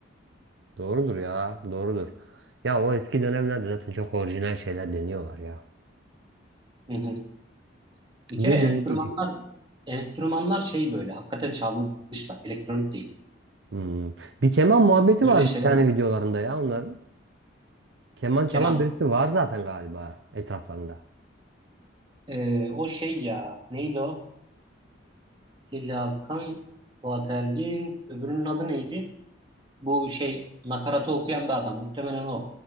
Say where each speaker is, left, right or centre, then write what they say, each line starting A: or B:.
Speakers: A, on the right (about 60°); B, on the right (about 25°).
A: Doğrudur ya. Doğrudur. Ya o eski dönemlerde zaten çok orijinal şeyler deniyorlar ya.
B: Hı hı. Bir
A: Bir
B: kere enstrümanlar
A: deneyecek.
B: enstrümanlar şey böyle hakikaten çalmışlar. Elektronik değil.
A: Hmm. Bir keman muhabbeti
B: Böyle
A: var
B: şeyler
A: bir tane
B: var.
A: videolarında ya onların. Keman
B: Keman.
A: çalan birisi var zaten galiba etraflarında.
B: Ee, o şey ya neydi o? Hilli Hakan, Fuat Ergin, öbürünün adı neydi? Bu şey nakaratı okuyan bir adam. Muhtemelen o.